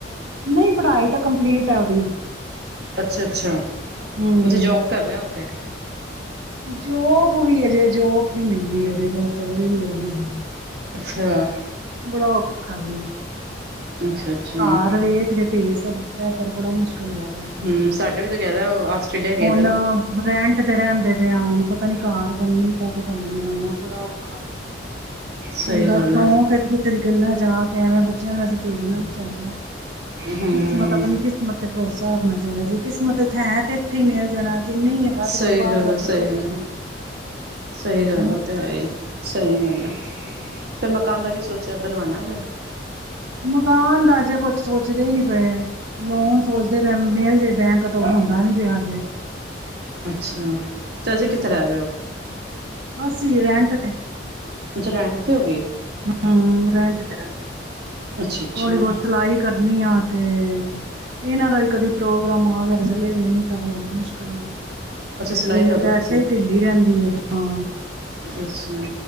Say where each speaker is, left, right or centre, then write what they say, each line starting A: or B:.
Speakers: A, on the right (about 85°); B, on the right (about 55°).
A: ਨਹੀਂ ਪੜ੍ਹਾਈ ਤਾਂ ਕੰਪਲੀਟ ਹੈ ਉਹਦੀ
B: ਅੱਛਾ ਅੱਛਾ
A: ਹੂੰ
B: ਉੱਥੇ ਜੋਬ ਕਰ ਰਹੇ ਤੇ
A: ਜੋਬ ਵੀ ਜੋਬ ਨੀ ਮਿਲਦੀ ਹੈਜੇ ਬਸ ਉਹ ਲਈਏ ਜਾ
B: ਅੱਛਾ
A: ਬੜਾ ਔਖਾ ਵ
B: ਅੱਛਾ-ਅੱਛਾ
A: ਹ ਰ ਵ ਤੇ ਪੇ ਦਿੱਤਾ ਹੈ ਪਰ ਬੜਾ ਮੁਸ਼ਕਿਲ ਹੋਇਆ ਵਾ
B: ਹਮ ਸਾਡੇ ਵੀ <unintelligible>
A: ਹੁਣ
B: ਨਾ।
A: ਰੈਂਟ ਤੇ ਰਹਿੰਦੇ ਪਏ ਆ ਹੁਣ ਪਤਾ ਨੀ ਕਾਰ ਬਣਨੀ ਤੇ ਬੰਨੇਗਾ ਨਾ ਬੜਾ ਔਖਾ
B: ਸਹੀ
A: ਬੰਦਾ
B: ਗੱਲ
A: ਚੌਂਕ
B: ਆ
A: ਕਿਤੇੇ ਦੀ ਗੱਲਾਂ ਜਾ ਕੇਵੇਂ ਬੱਚਿਆਂ ਨੂੰ ਭੇਜਣਾ ਨੀ ਚਾਹੀਦਾ
B: ਹੂੰ
A: ਕਿਸਮਤ ਆਪਣੀ ਕਿਸਮਤ ਤੇ ਭਰੋਸਾ ਰੱਖਣਾ ਚਾਹੀਦਾ ਜੇ ਕਿਸਮਤ ਹਾਂ ਤੇ ਮੇਲ ਜਾਣਾ ਜੇ ਨਹੀਂ ਹੈਗਾ
B: ਸਹੀ
A: ਤੇ ਫਿਰ ਬਾਹਰ
B: ਗੱਲ
A: ਜਾ
B: ਆ
A: ਕੇ
B: ਸਹੀ
A: ਕੁਝ
B: ਗ
A: ਨਹੀਂ
B: ਸਹੀ ਗੱਲ
A: ਹੈਨਾ
B: ਉਹ ਤੇ ਆ ਸਹੀ ਗੱਲ ਆ ਫੇਿਰ ਮਕਾਨ ਦਾ ਕੀ ਸੋਚਿਆ ਬਣਵਾਉਣਾ ਫ <inaudible>
A: ਮਕਾਨ ਦਾਜੇ ਕੁਛ ਸੋਚਦੇ ਨੀ ਪਏ ਲੋਨ ਸੋਚਦੇ ਪਏ ਮਿਲ ਜੇ ਬੈਂਕ ਤੋਂ ਹੁੰਦਾ ਨੀ ਪਿਆਜੇ
B: ਅੱਛਾ ਤੇ ਅਜੇ ਕਿੱਥੇ ਰਹਿ ਰੇਹਾ ਓ
A: ਅਸੀਂ ਰੈਂਟ
B: ਅੱਜ ਰੈਂਟ ਤੇ ਹੋ ਗਏ
A: ਹੁ ਰੈਂਟ ਤੇ ਰਹਿੰਦੇ ਨੇ
B: ਅੱਛਾ-ਅੱਛਾ
A: ਥੋੜ੍ਹੀ ਬਹੁਤ
B: ਅੱਛਾ
A: ਸਿਲਾਈ ਕਰਨੀ ਆ ਤੇ ਇਹਨਾਂ ਦਾ ਵੀ ਕਦੇ ਪ੍ਰੋਗਰਾਮਾਂ ਆ ਗੇ ਤਾ ਚਲੇ ਗਏ ਨਹੀਂ ਤਾਂ ਫਿਰ ਮੁਸ਼ਕਿਲ ਹੀ ਏ
B: ਅੱਛਾ ਸਿਲਾਈ
A: ਤਬੀਅਤ
B: ਕਰ ਰਹੇ
A: ਵੈਸੇ
B: ਹੋ ਤੁਸੀਂ
A: ਹੀ ਢਿੱਲੀ ਰਹਿੰਦੀ ਏ ਹਾਂ
B: ਅੱਛਾ